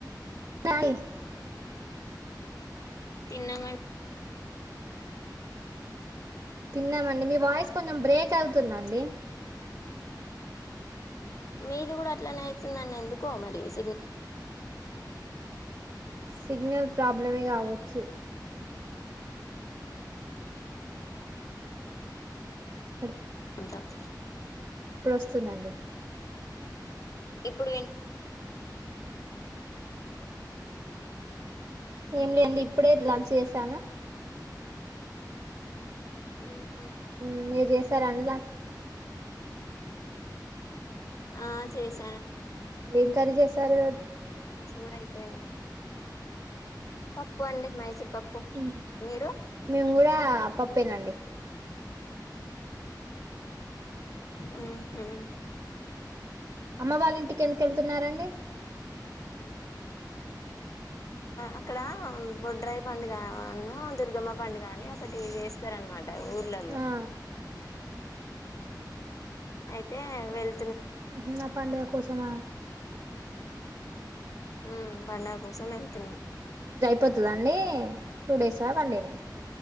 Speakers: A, on the right; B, on the left.
A: టాయి్
B: తిన్నం
A: తిన్నామండి మీ వాయిస్ కొంచెం బ్రేక్ అవుతుందండి
B: మీది కూడా అట్లనే అవుతుందని ఎందుకో మరి సిగ్న
A: సిగ్నల్ ప్రాబ్లమే కావచ్చు హ
B: అంట
A: వస్తుందండి
B: ఇప్పుడు విం
A: ఏం లేండి ఇప్పుడే లంచ్ చేసాను
B: హ్మ్
A: హ్మ్ మీర్ చేస్ సరే అం
B: ఆ చెస్
A: ఎంకరీ చేస్ సరే
B: లంచ్ కూడ అయిపోయింది పప్పు అండి మైసూర్ పప్పు
A: హ్మ్
B: మీరు
A: మేము గూడా పప్పేనండి
B: హ్మ్ హ్మ్
A: అమ్మ వాళ్ ఇంటికి ఎందుక ఎళ్తున్నారండి
B: అక్కడ బొడ్రాయి పండుగను దుర్గమ్మ పండు అని ఒకటి చేస్తారనమాట ఊర్లలో
A: ఆ
B: అయితే వెళ్
A: ఊహు పండగ కోస సమ
B: హ్మ్ పండు కోసం ఎల్తున్నాం
A: పోతుదా అండి టూ డేసా వన్ డే న